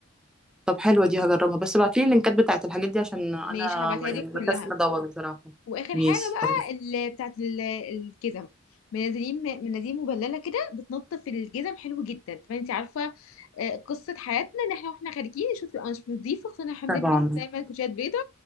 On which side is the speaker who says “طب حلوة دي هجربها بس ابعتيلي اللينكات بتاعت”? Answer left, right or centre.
Centre